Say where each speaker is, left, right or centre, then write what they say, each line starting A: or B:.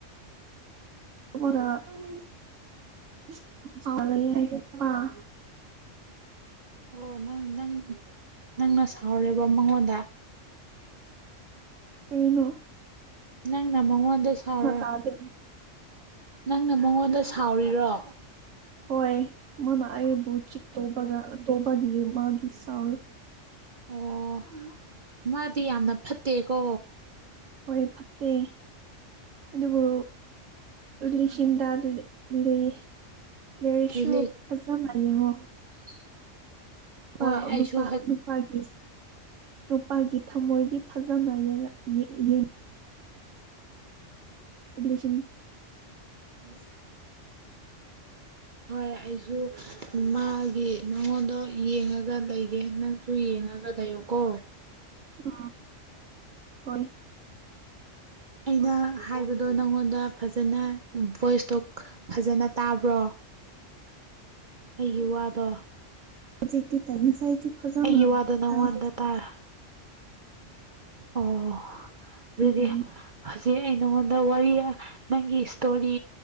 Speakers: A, on the right (about 80°); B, on the right (about 45°).
A: <unintelligible>
B: ꯑꯣ ꯅꯪ ꯅꯪ ꯅꯪꯅ ꯁꯥꯎꯔꯦꯕ ꯃꯉꯣꯟꯗ
A: ꯀꯩꯅꯣ
B: ꯅꯪꯅ ꯃꯉꯣꯟꯗ ꯁꯥꯥꯎꯔꯥ
A: ꯇꯥꯗꯦ
B: ꯅꯪꯅ ꯃꯉꯣꯟꯗ ꯁꯥꯎꯔꯤꯔꯣ
A: ꯍꯣꯏ ꯃꯅꯥꯑꯕꯨ ꯆ ꯇꯣꯕꯒ ꯇꯣꯕꯅꯤ ꯃꯥꯒꯤ ꯑꯦꯁ꯭ꯋꯦ꯫
B: ꯑꯣꯍ ꯃꯥ ꯗꯤ ꯌꯥꯃꯅꯥ ꯐꯠꯇꯦ꯫ ꯀꯣ
A: ꯍꯣꯏ ꯐꯠꯇꯦ ꯑꯗꯨꯕꯨ ꯂꯤꯁꯤꯡꯟꯗ ꯂꯩ <inaudible>
B: ꯍꯣꯏ
A: ꯌꯦꯉ꯭ꯒꯣ꯫
B: <unintelligible> ꯍꯣꯏ
A: ꯅꯨꯄꯥ
B: ꯑꯩꯁꯨ
A: ꯅꯨꯄꯥ ꯅꯨꯄꯥꯒꯤ ꯅꯨꯄꯥꯒꯤ ꯊꯝꯃꯣꯏꯗꯤ ꯐꯖꯅ ꯌꯦ ꯂꯤꯁꯤꯡ ꯇꯧꯕꯥ꯫
B: <unintelligible> ꯍꯣꯏ ꯏꯁꯨ ꯃꯥꯒꯤ꯫ ꯅꯉꯣꯟꯗꯣ ꯌꯦꯡꯉꯒ ꯂꯩꯒꯦ ꯅꯪꯁꯨ ꯌꯦꯡꯉꯒ ꯂꯩꯌꯣ ꯀꯣ
A: ꯎ ꯍꯣꯏ
B: ꯑꯩꯗ ꯍꯥꯏꯕꯗꯣ ꯅꯪꯉꯣꯟꯗ ꯐꯖꯅ ꯚꯣꯏꯁꯇꯣ ꯐꯖꯅ ꯇꯥꯕ꯭ꯔꯣ ꯑꯩꯒꯤ ꯋꯥꯗꯣ
A: ꯍꯧꯖꯤꯛꯇꯤ ꯇꯥꯏ ꯉꯁꯥꯏꯒꯤ ꯐꯖꯃꯥꯗ
B: ꯑꯩꯒꯤ ꯋꯥꯗꯣ ꯅꯪꯉꯣꯟꯗ ꯇꯥꯔ ꯑꯣ ꯑꯗꯨꯗꯤ
A: ꯇꯥꯏꯌꯦ
B: ꯁꯤ ꯑꯩ ꯅꯉꯣꯟꯗ ꯋꯥꯔꯤ ꯅꯪꯒꯤ ꯏꯁꯇꯣꯔꯤ